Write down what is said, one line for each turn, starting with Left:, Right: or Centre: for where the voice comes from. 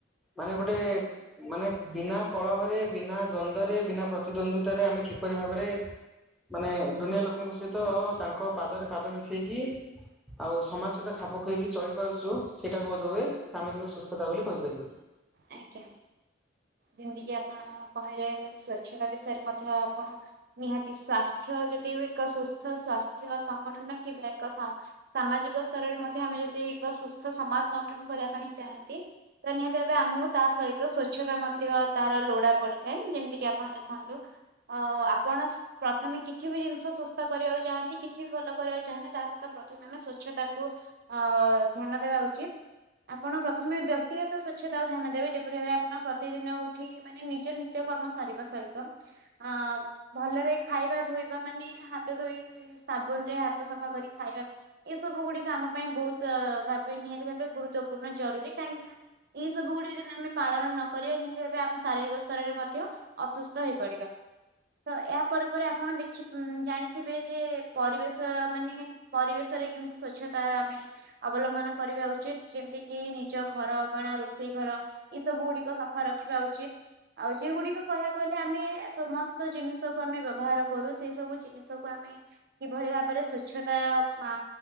Centre: ମାନେ ଗୋଟେ
Right: ଆଜ୍ଞା
Centre: ମାନେ ବିନା କଳହରେ ବିନା ଦ୍ଵନ୍ଦରେ ବିନା ପ୍ରତିଦ୍ୱନ୍ଦିତା ରେ ଆମେ କିପରି ଭାବରେ ମାନେ ଦୁନିଆ ଲୋକଙ୍କ ସହିତ ତାଙ୍କ ପାଦରେ ପାଦ ମିଶେଇକି ଆଉ ସମାଜ ସହିତ ଖାପ ଖୁଆଇକି ଚଳି ପାରୁଛୁ ସେଇଟାକୁ ବୋଧ ହୁଏ ସାମାଜିକ ସୁସ୍ଥତା ବୋଲି କହିପାରିବେ।
Right: ଆଜ୍ଞା ଯେମିତି କିି ଆପଣ କହିଲେ ସ୍ଵଚ୍ଛତା ବିଷୟରେ ମଧ୍ୟ ଆପଣ ନିହାତି ସ୍ଵାସ୍ଥ୍ୟ ଯଦି ଏକ ସୁସ୍ଥ ସ୍ଵାସ୍ଥ୍ୟ ସଂଗଠନ କିବେ ସାମାଜିକ ସ୍ତରରେ ମଧ୍ୟ ଆମେ ଯଦି ଏକ ସୁସ୍ଥ ସମାଜ ଗଠନ କରିବା ପାଇଁ ଚାହାନ୍ତି <unintelligible> ଏ ଆମକୁ ତା ସହିତ ସ୍ଵଚ୍ଛତା ମଧ୍ୟ ତାର ଲୋଡା ପଡିଥାଏ ଯେମିତିକି ଆପଣ ଦେଖନ୍ତୁ ଅ ଆପଣ ପ୍ରଥମେ କିଛି ବି ଜିନିଷ ସୁସ୍ଥ କରିବାକୁ ଚାହାଁନ୍ତି କିଛି ବି ଭଲ କରିବାକୁ ଚାହାଁନ୍ତି ତା ସହିତ ଆମେ ସଵଚ୍ଛତାକୁୁ ଅ ଧ୍ୟାନ ଦେବା ଉଚିତ ଆପଣ ପ୍ରଥମେ ବ୍ୟକ୍ତିଗତ ସ୍ୱ ଛ ତାକୁ ଧ୍ୟାନ ଦେବେ ଯେପରି ଭା ଆପଣ ପ୍ରତିଦିନ ଉଠି ମାନେ ନିଜର ନିତ୍ୟ କର୍ମ ସାରିବା ସହିତ ଆ ଭଲରେ ଖାଇବା ଧୋଇବା ମାନେ ହାତ ଧୋଇ ସାବୁନ ରେ ହାତ ସଫା କରି ଖାଇବା। ଏ ସବୁ ଗୁଡିକ ଆମ ପାଇଁ ବହୁତ ଭାବେ ନିହାତି ଭାବେ ଗୁରୁତ୍ୱପୂର୍ଣ୍ଣ ଜରୁରୀ କାହିଁକି ନା ଏଇ ସବୁ ଗୁଡିକ ଯଦି ଆମେ ପାଳନ ନ କରିବା ନିହାତି ଭାବେ ଆମେ ଶାରୀରିକ ସ୍ତରରେ ମଧ୍ୟ ଅସୁସ୍ଥ ହେଇପଡିବା। ତ ଏହାପ ପରେ ଆପଣ ଦେଖି ଜାଣିଥିବେ ଯେ ପରିବେଶ ମାନେ ପରିବେଶରେ କେମିତି ସ୍ଵଚ୍ଛତା ଆମେ ଅବଲମ୍ବନ କରିବା ଉଚିତ ଯେମିତି କି ନିଜ ଘର ଅଗଣା ରୋଷେଇ ଘର ଏଇ ସବୁ ଗୁଡିକ ସଫା ରଖିବା ଉଚିତ। ଆଉ ଯଗୁଡିକ କହିବାକୁ ଗଲେ ଆମେ ସମସ୍ତ ଜିନିଷ କୁ ଆମେ ବ୍ୟବହାର କରୁ ସେଇ ସବୁ ଜ ଜିନିଷକୁ ଆମେ କିଭଳି ଭାବରେ ସ୍ଵଚ୍ଛତା